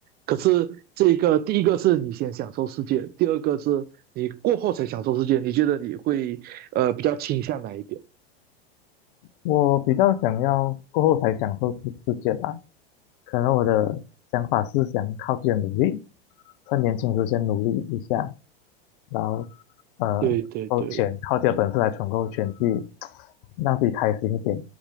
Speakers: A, on the right; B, on the left.
A: 可是这个第一个是你先享受世界，第二个是你过后才享受世界，你觉得你会呃比较倾向哪一边？
B: 我比较想要过后才享受世世界吧，可能我的想法是想靠自己的努力，在年轻时候先努力一下，然后呃，
A: 对对对
B: 够钱，靠自己的本事来存够钱，去让自己开心一点，